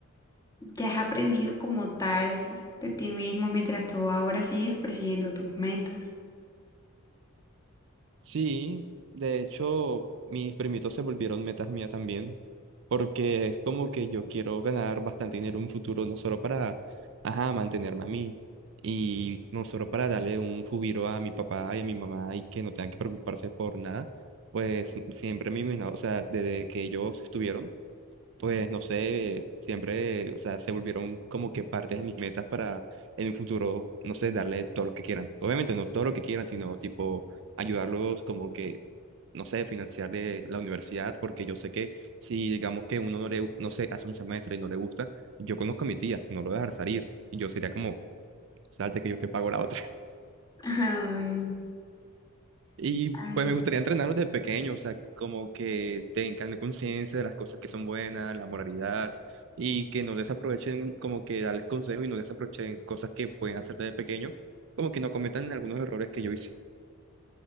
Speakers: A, on the left (about 15°); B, on the right (about 55°).
A: ¿qué has aprendido como tal de ti mismo mientras tú ahora sigues persiguiendo tus metas?
B: Sí, de hecho, mis primitos se volvieron metas mías también, porque es como que yo quiero ganar bastante dinero en un futuro, no solo para, ajá, mantenerme a mí, y no solo para darle un jubilo a mi papá y a mi mamá y que no tengan que preocuparse por nada, pues siempre me imagino, o sea, desde que ellos estuvieron pues no sé, siempre, o sea, se volvieron como que partes de mis metas para en un futuro, no sé, darle todo lo que quieran. Obviamente no todo lo que quieran, sino tipo ayudarlos como que, no sé, financiar de la universidad, porque yo sé que si digamos que uno no le, no sé, hace un semestre y no le gusta, yo conozco a mi tía, no lo voy a dejar salir, y yo sería como, salte que yo te pago la otra.
A: Ay.
B: Y
A: Ay,
B: pues me gustaría entrenarlos desde pequeño, o sea, como que tengan conciencia de las cosas que son buenas, la moralidad, y que no desaprovechen, como que darles consejos y no desaprovechen cosas que pueden hacer desde pequeño, como que no cometan algunos errores que yo hice.